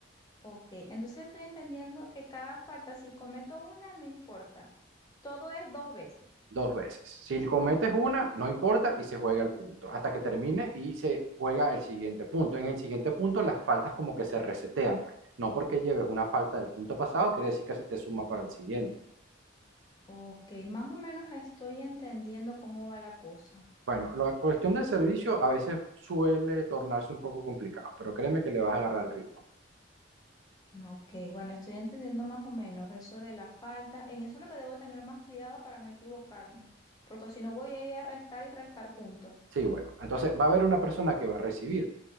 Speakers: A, on the left; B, on the right.
A: Ok, entonces estoy entendiendo que cada falta, si cometo una, no importa. Todo es dos veces.
B: Dos veces. Si cometes una, no importa y se juega el punto. Hasta que termine y se juega el siguiente punto. En el siguiente punto, las faltas como que se resetean, pues. No porque lleves una falta del punto pasado, quiere decir que se te suma para el siguiente.
A: Ok, más o menos estoy entendiendo cómo va la cosa.
B: Bueno, la cuestión del servicio a veces suele tornarse un poco complicado, pero créeme que le vas a agarrar el ritmo.
A: Ok, bueno, estoy entendiendo más o menos eso de la falta. En eso es lo que debo tener más cuidado para no equivocarme, porque si no voy a ir a restar y restar puntos.
B: Sí, bueno, entonces va a haber una persona que va a recibir